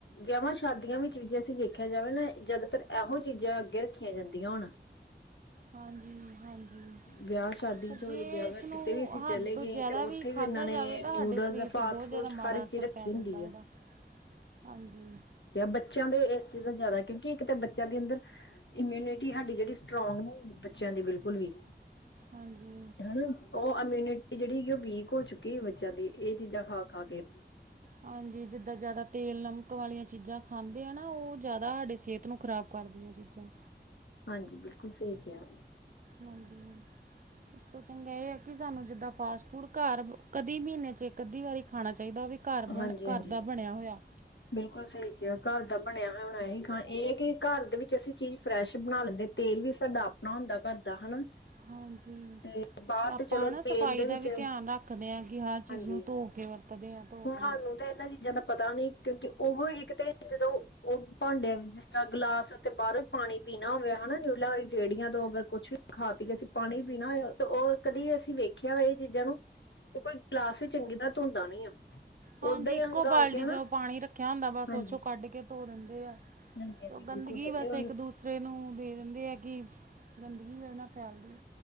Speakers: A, on the left; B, on the right.
A: ਵਿਆਹਾਂ ਸ਼ਾਦੀਆਂ ਵਿੱਚ ਜੇ ਅਸੀਂ ਵੇਖਿਆ ਜਾਵੇ ਨਾ ਜ਼ਿਆਦਾਤਰ ਇਹੋ ਚੀਜ਼ਾਂ ਅੱਗੇ ਰੱਖੀਆਂ ਜਾਂਦੀਆਂ ਹੋਣ।
B: ਹਾਂਜੀ-ਹਾਂਜੀ।
A: ਵਿਆਹ ਸ਼ਾਦੀ ਚ ਹੋ
B: ਜੇ
A: ਗਿਆ ਅਗਰ
B: ਏਸਨੂੰ
A: ਕਿਤੇ ਵੀ ਅਸੀਂ
B: ਹੱਦ
A: ਚਲੇ
B: ਤੋਂ
A: ਗਏ
B: ਜਿਆਦਾ
A: ਤੇ ਉੱਥੇ
B: ਵੀ ਖਾਧਾ
A: ਇਹਨਾਂ ਨੇ
B: ਜਾਵੇ ਤਾਂ
A: ਨਿਊਡਲਸ
B: ਸਾਡੇ ਸਰੀਰ
A: ਫਾਸਟ
B: ਤੇ ਬੋਤ
A: ਫੂਡ
B: ਜ਼ਿਆਦਾ ਮਾੜਾ
A: ਹਰ ਇੱਕ
B: ਅਸਰ
A: ਚੀਜ਼ ਰੱਖੀ
B: ਪੈ
A: ਹੁੰਦੀ
B: ਜਾਂਦਾ
A: ਆ।
B: ਏਦਾ, ਹਾਂਜੀ।
A: ਬੱਚੇਆਂ ਦੇ ਏਸ ਚੀਜ਼ ਦਾ ਜ਼ਿਆਦਾ ਕਿਉਂਕਿ ਇੱਕ ਤਾਂ ਬੱਚੇਆਂ ਦੇ ਅੰਦਰ ਇਮਿਊਨਿਟੀ ਸਾਡੀ ਜੇੜੀ ਸਟਰੋਂਗ ਨੇ ਬੱਚੇਆਂ ਦੀ ਬਿਲਕੁਲ ਵੀ।
B: ਹਾਂਜੀ।
A: ਓ ਇਮਿਊਨਿਟੀ ਜੇੜੀ ਓ ਵੀਕ ਹੋ ਚੁੱਕੀ ਹੈ ਬੱਚੇਆਂ ਦੀ ਇਹ ਚੀਜ਼ਾਂ ਖਾ-ਖਾ ਕੇ
B: ਹਾਂਜੀ, ਜਿੱਦਾਂ ਜ਼ਿਆਦਾ ਤੇਲ ਨਮਕ ਵਾਲੀਆਂ ਚੀਜ਼ਾਂ ਖਾਂਦੇ ਆ ਨਾ ਓ ਜ਼ਿਆਦਾ ਸਾਡੇ ਸਿਹਤ ਨੂੰ ਖ਼ਰਾਬ ਘਰਦੀਆਂ ਚੀਜ਼ਾਂ।
A: ਹਾਂਜੀ, ਬਿਲਕੁਲ ਸਈ ਕਿਆ।
B: ਹਾਂਜੀ, ਏਸ ਤੋਂ ਚੰਗਾ ਏ ਹੈ ਕਿ ਸਾਨੂੰ ਜਿੱਦਾਂ ਫਾਸਟ ਫੂਡ ਘਰ ਕਦੀ ਮਹੀਨੇ ਚ ਇੱਕ ਅੱਧੀ ਵਾਰੀ ਖਾਣਾ ਚਾਹੀਦਾ ਓ ਵੀ
A: ਹਾਂਜੀ ਹਾਂਜੀ
B: ਘਰ ਦਾ ਬਣਿਆ ਹੋਇਆ।
A: ਬਿਲਕੁਲ ਸਹੀ ਕਿਹਾ ਘਰ ਦਾ ਬਣਿਆ ਹੋਇਆ ਹੁਣ ਇਹੀ ਖਾਣਾ ਇਹ ਹੈ ਕਿ ਘਰ ਦੇ ਵਿੱਚ ਅਸੀਂ ਚੀਜ਼ ਫਰੈਸ਼ ਬਣਾ ਲੈਂਦੇ। ਤੇਲ ਵੀ ਸਾਡਾ ਆਪਣਾ ਹੁੰਦਾ ਘਰਦਾ ਹਨਾ।
B: ਹਾਂਜੀ।
A: ਤੇ ਬਾਹਰ
B: ਤੇ ਆਪਾਂ
A: ਚਲੋ
B: ਹਨਾ
A: ਤੇਲ
B: ਸਫ਼ਾਈ
A: ਦੇ
B: ਦਾ
A: ਵਿੱਚ
B: ਵੀ ਧਿਆਨ ਰੱਖਦੇ ਹਾਂ ਕੇ ਆ ਚੀਜ਼
A: ਹਾਂਜੀ
B: ਨੂੰ ਧੋ ਕੇ ਵਰਤਦੇ ਹਾਂ। ਧੋ
A: ਹੁਣ
B: ਕੇ
A: ਸਾਨੂੰ ਤਾਂ ਇਹਨਾਂ ਚੀਜ਼ਾਂ ਦਾ ਪਤਾ ਨੀ ਕਿਉਂਕਿ ਉਹੋ ਇੱਕ ਤੇ ਜਦੋਂ ਓ ਭਾਂਡਿਆਂ ਵਿੱਚ ਐਕਸਟਰਾ ਗਲਾਸ ਅਤੇ ਬਾਰੋਂ ਪਾਣੀ ਪੀਣਾ ਹੋਵੇ ਹਨਾ ਨਿਊਡਲਾ ਵਾਲੀ ਰੇੜੀਆਂ ਤੋਂ ਅਗਰ ਕੁੱਛ ਵੀ ਖਾ ਪੀ ਕੇ ਅਸੀਂ ਪਾਣੀ ਪੀਣਾ ਹੋਏ ਤੇ ਓ ਕਦੀ ਅਸੀਂ ਵੇਖਿਆ ਵਾ ਏ ਚੀਜ਼ਾਂ ਨੂੰ ਤੇ ਕੋਈ ਗਲਾਸ ਹੀ ਚੰਗੀ ਤਰ੍ਹਾਂ ਧੋਂਦਾ ਨੀ ਆ।
B: ਹਾਂਜੀ,
A: ਓਦਾਂ ਹੀ
B: ਇੱਕੋ
A: ਹੰਘਾਲ
B: ਬਾਲਟੀ
A: ਕੇ ਹਨਾ
B: ਚਦੋਂ ਪਾਣੀ ਰੱਖੇਆ ਹੁੰਦਾ ਬਸ
A: ਹਾਂਜੀ
B: ਓ ਚੋ ਕੱਢ ਕੇ ਧੋ ਦਿੰਦੇ ਆ।
A: ਹਾਂਜੀ ਹਾਂਜੀ
B: ਓਗੰਦਗੀ
A: ਬਿਲਕੁਲ ਹਾਂਜੀ
B: ਬਸ ਇੱਕ ਦੂਸਰੇ ਨੂੰ ਦੇ ਦਿੰਦੇ ਆ ਕਿ ਗੰਦਗੀ ਕਦੇ ਨਾ ਫੈਲਦੀ।